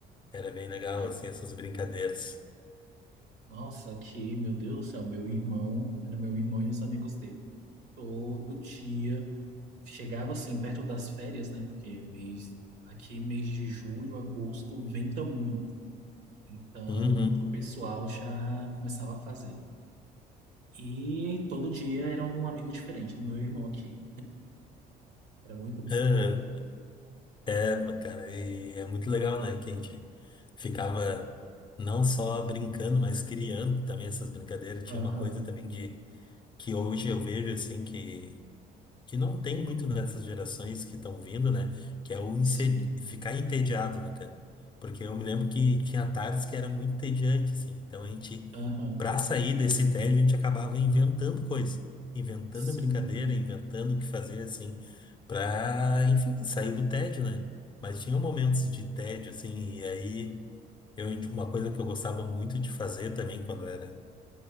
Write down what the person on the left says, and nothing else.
Era bem legal,
assim, essas brincadeiras.
Uhum.
Aham. É, pô, cara, e é muito legal, né? Que a gente ficava não só brincando, mas criando também essas brincadeiras. Tinha
uma coisa também de que hoje eu vejo assim que que não tem muito nessas gerações que estão vindo, né? Que é o ense-
ficar entediado, né, cara? Porque eu me lembro que tinha tardes que era muito entediante, assim. Então a gente,
pra sair desse tédio, a gente acabava inventando coisa, inventando
brincadeira, inventando o que fazer, assim, pra, enfim, sair do tédio, né? Mas tinha momentos de tédio, assim, e aí eu, uma coisa que eu gostava muito de fazer também quando era